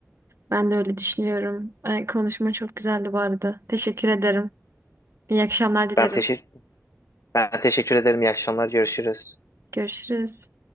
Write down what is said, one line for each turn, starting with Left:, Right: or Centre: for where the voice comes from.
Right: Ben de öyle düşünüyorum. E, konuşma çok güzeldi bu arada. Teşekkür ederim. İyi akşamlar dilerim.
Left: Ben teşekkür ben teşekkür ederim. İyi akşamlar. Görüşürüz.
Right: Görüşürüz.